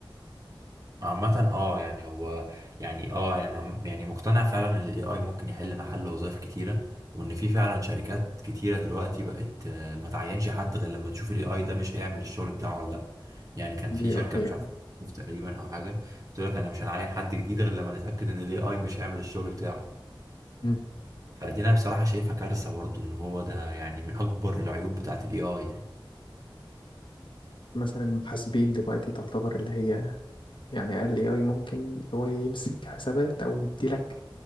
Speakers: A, on the right; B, on the left.
A: عامة اه يعني هو يعني اه يعني عم- يعني مقتنع فعلا ان الاي اي ممكن يحل محل وظائف كتيرة وان في فعلا شركات كتيرة دلوقتي بقت آه، ما تعينش حد غير لما تشوف الاي اي ده مش هيعمل الشغل بتاعه ولا لا يعني كان
B: دي
A: في شركة
B: حقيقة
A: مش عارف تقريبا او حاجة بتقول لك انا مش هنعين حد جديد غير لما نتأكد ان الاي اي مش هيعمل الشغل بتاعه
B: مم.
A: فدي انا بصراحة شايفها كارثة برضو ان هو ده يعني من اكبر العيوب بتاعت الاي اي يعني
B: مثلا محاسبين دلوقتي تعتبر اللي هي يعني اقل اي اي ممكن اللي هو يمسك حسابات او يديلك